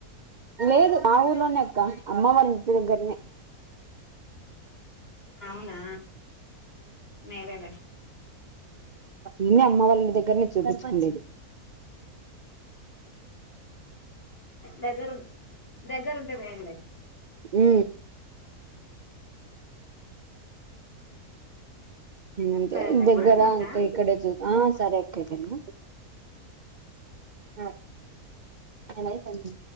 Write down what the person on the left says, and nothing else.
అవునా. మేలేలే
దగ్గరఉం దగ్గర ఉంటే మేలులే.
సర్లేమ్మా
ఉంటా